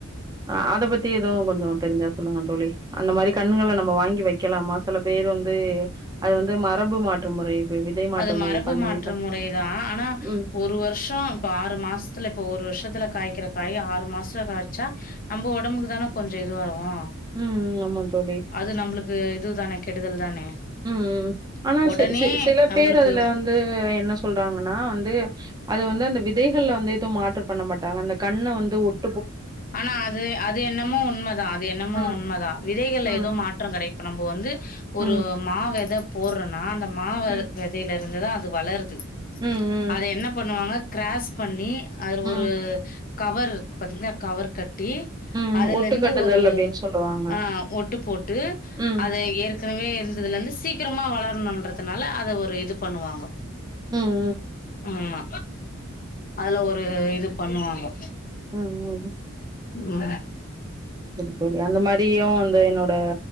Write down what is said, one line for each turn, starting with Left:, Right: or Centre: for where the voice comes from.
Right: ஆ அத பத்தி எதுவு கொஞ்சோ தெரிஞ்சா சொல்லுங்க தோழி அந்த மாரி கண்ணுகள நம்ம வாங்கி வெக்கலாமா சில பேர் வந்து அது வந்து மரபு மாற்று முறை வி விதை மாற்று
Left: அது
Right: முறை
Left: மரபு
Right: பண்ணி
Left: மாற்று
Right: ப
Left: முறைதா ஆனா
Right: ம்
Left: ஒரு வருஷோ இப்ப ஆறு மாஸ்த்துல இப்ப ஒரு வருஷத்துல காய்க்கிற காய் ஆறு மாச காய்ச்சா நம்ம உடம்புக்கு தான கொஞ்சோ இதுவாருக்கும்
Right: ம் ம் ஆமா தோழி
Left: அது நம்ளுக்கு இதுதானே கெடுதல் தானே
Right: ம் ம் ஆனா
Left: உடனே
Right: சி சி சிலப்
Left: நம்பளுக்கு
Right: பேரு அதுல வந்து என்ன சொ சொல்றாங்கன்னா வந்து அது வந்து அந்த விதைகள்ல வந்து எதுவும் மாற்று பண்ண மாட்டாங்க அந்த கண்ண வந்து ஒட்
Left: ஆனா அது அது என்னமோ உண்ம தா அது என்னமோ
Right: ம்
Left: உண்ம தா விதைகள்ல
Right: ம்
Left: எதுவு மாற்றம் கடை இப்போ நம்ம வந்து ஒரு
Right: ம்
Left: மா வெத போட்றனா அந்தம் மா வெத
Right: ம்
Left: வெதேலருந் இதுதா அது வளர்து
Right: ம்
Left: அத என்ன பண்ணுவாங்க கிராஸ் பண்ணி அதுல
Right: ம் ம்
Left: ஒரு கவர் பாத்தீங்கன்னா கவர் கட் ட்டி
Right: ம்
Left: அதுலந்து
Right: ஒட்டு கட்டுதல்
Left: ஒரு
Right: அப்டின்னு சொல்லுவாங்க
Left: ஆ ஓட்டு போட்டு
Right: ம்
Left: அத ஏற்கனவே த்துதல இருந்து சீக்கிரமா வளரனுன்றதுனால அத ஒரு இது பண்ணுவாங்க
Right: ம்
Left: ம்மா அதுல
Right: ம்
Left: ஒரு இது பண்ணுவாங்கோ
Right: ம் ம்
Left: ம்
Right: சேரி தோழி அந்த மாரி தியு அந்த என்னோட